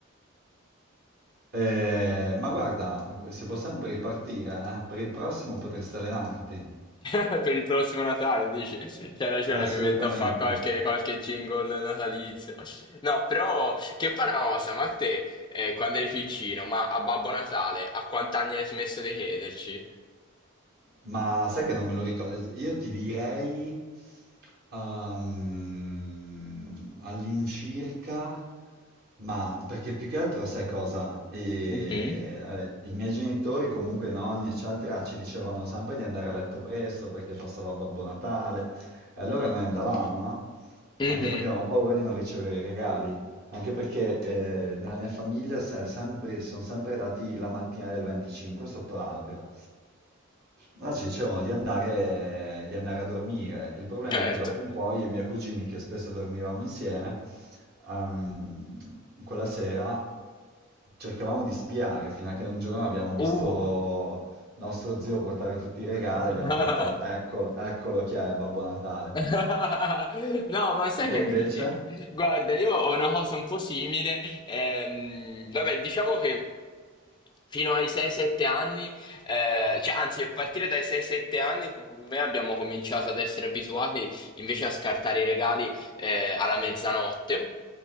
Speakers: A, on the right; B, on the left.
A: Eh, ma guarda, si può sempre ripartire, eh? Per il prossimo potresti allenarti.
B: <laughs> Per il prossimo Natale dici, c'hai ragione,
A: Assolutamente.
B: mi metto a fare qualche, qualche jingle natalizio. No, però che fa una cosa, ma te eh, quando eri piccino, ma a Babbo Natale, a quant'anni hai smesso di crederci?
A: Ma sai che non me lo ricordo? Io ti direi ehm, all'incirca, ma perché più che altro sai cosa? E,
B: Mhm.
A: eh, I miei genitori, comunque i nonni, eccetera, ci dicevano sempre di andare a letto presto perché passava Babbo Natale. E allora noi andavamo, no?
B: Mhm,
A: Anche perché avevamo paura di non ricevere i regali. Anche perché eh, nella mia famiglia si è sempre- si sono sempre dati la mattina del 25 sotto l'albero. No, ci dicevano di andare, di andare a dormire. Il problema
B: Certo.
A: è che dopo un po' io e i miei cugini, che spesso dormivamo insieme, ehm, quella sera cercavamo di spiare, fino a che un giorno abbiamo visto
B: Uh.
A: nostro zio portare tutti i regali
B: <laughs>
A: e abbiamo detto, eccolo, eccolo chi è Babbo Natale.
B: <laughs> No, ma sai
A: Te
B: che,
A: invece?
B: eh, guarda, io ho una cosa un po' simile. ehm, vabbè, diciamo che fino ai 6-7 anni, eh, cioè, anzi, a partire dai 6-7 anni, secondo me abbiamo cominciato ad essere abituati invece a scartare i regali, eh, alla mezzanotte.